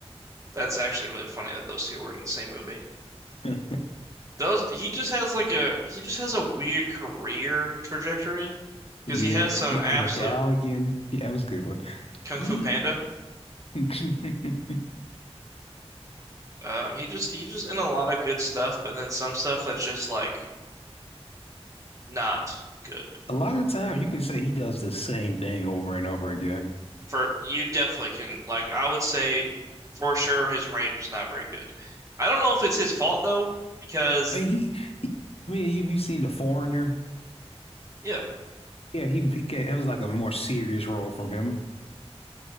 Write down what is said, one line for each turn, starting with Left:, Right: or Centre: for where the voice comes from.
Right: that's actually really funny that those two were in the same movie.
Left: <laughs>
Right: Those he just has like a he just has a weird career trajectory because
Left: Yeah,
Right: he has some
Left: the
Right: absolute
Left: Medallion. Yeah, that was a good one.
Right: Kung
Left: He.
Right: Fu Panda.
Left: <laughs>
Right: Um, he just he's just in a lot of good stuff and then some stuff that's just like not good.
Left: A lot of the time, you can say he does the same thing over and over again.
Right: For you definitely can like I would say for sure his range is not very good. I don't know if it's his fault though, because
Left: I mean, he, he I mean, have you seen The Foreigner?
Right: yeah,
Left: Yeah, he, he ca- it was like a more serious role from him,